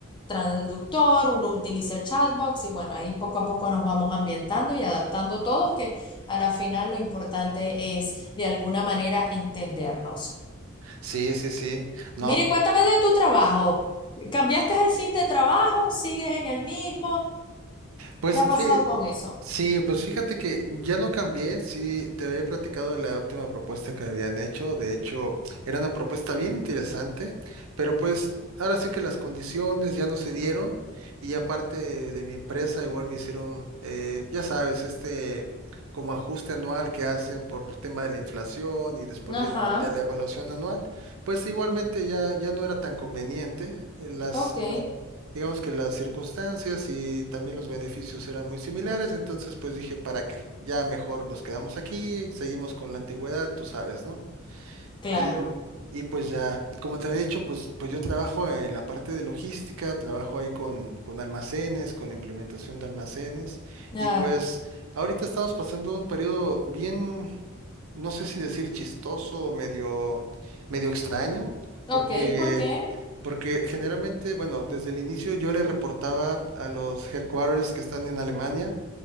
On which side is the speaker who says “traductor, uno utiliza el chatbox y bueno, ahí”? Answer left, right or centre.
Left